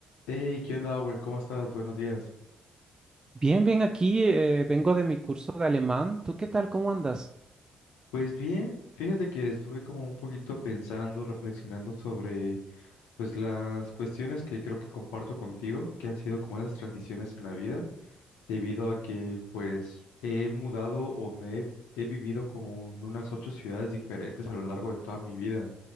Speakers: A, on the left; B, on the right.
A: Hey, ¿qué onda, buen? ¿Cómo estás? Buenos días.
B: Bien, bien, aquí eh, vengo de mi curso de alemán. ¿Tú qué tal? ¿Cómo andas?
A: Pues bien, fíjate que estuve como un poquito pensando, reflexionando sobre pues las cuestiones que creo que comparto contigo, que han sido como esas transiciones en la vida, debido a que pues he mudado o me he, he vivido como en unas ocho ciudades diferentes a lo largo de toda mi vida.